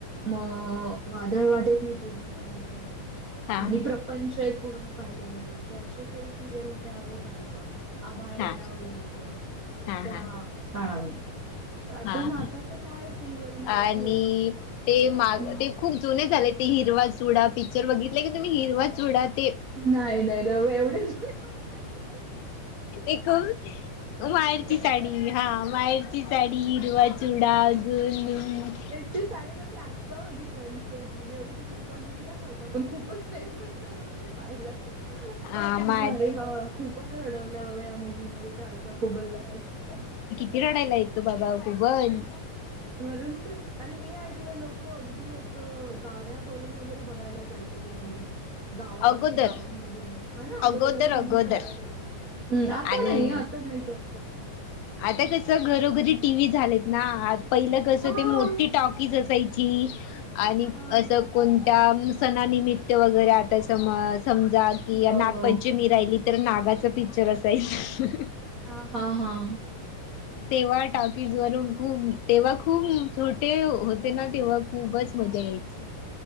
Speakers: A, on the right; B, on the left.
A: मग वादळ वाट एक मी पूर्ण पाहिलेलं आहे.
B: हा
A: आणि प्रपंचही पूर्ण पाहिलेलं आहे तर असे काही सिरियल त्यावेळी पाहायचो आम्ही. आभाळ
B: हा
A: माया वगैरे होतं
B: हा
A: त्या
B: हा
A: काळात. आता
B: हा
A: ना
B: हा
A: आता ते काय सिरियल मराठी
B: आणि
A: बाबा हम्म.
B: ते माग ते खूप जुने झाले ते हिरवा चुडा पिक्चर बघितलं की तुम्ही? हिरवा चुडा ते.
A: नाही नाही एवढे जुने मला नाही आवडत.
B: एक माहेरची
A: माहितीये.
B: साडी हां माहेरची. ची साडी हिरवा चूडा जुनू मग.
A: ची साडी तर मी आता बघितलं रिसेंटली मी एवढे दिवस बघितला नव्हता पण खूपच फेमस आहे म्हणून मी. पाहिला तो.
B: हा
A: तर म्हटलं
B: माहेर
A: अरे हां खूपच रडवलं बाबा या मुव्हीमध्ये तर अलका खुबरला काय खरं नाही.
B: ति रडायला येतो बाबा खूपच.
A: मग नंतर. आणि मी ऐकलं लोक अगदी असं गाड्या करून वगैरे बघायला जायचे ते मूवी्. गावा
B: अगोदर
A: गावांमधून हा ना
B: अगोदर
A: जेव्हा रिलीज
B: अगोदर
A: झाला तेव्हा. आत्ता
B: आणि
A: नाहीच ओ.
B: आता कस घरोघरी. टी व्ही झालेत ना पहिलं कसं
A: हां.
B: ते मोठी टॉकीज असायची. आणि
A: हां.
B: असं कोणत्या सणानिमित्त वगैरे आता समा समजा. की
A: हो.
B: नागपंचमी राहिली तर नागाचं पिक्चर असायचा.
A: आ हां हां,
B: तेव्हा टॉकीज वरून खूप. तेव्हा खूप छोटे होते ना तेव्हा खूपच मजा यायची.